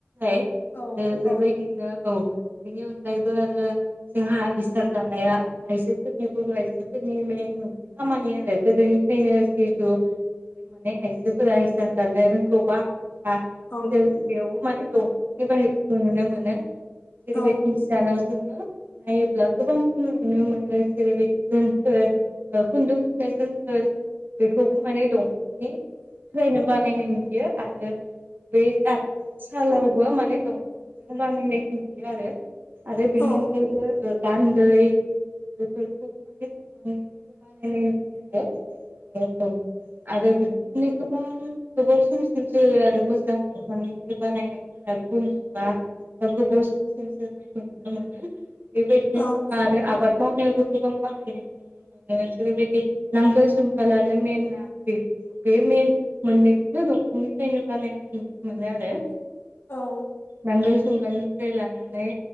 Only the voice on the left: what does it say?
औ
औ
औ
औ
औ
औ
औ
औ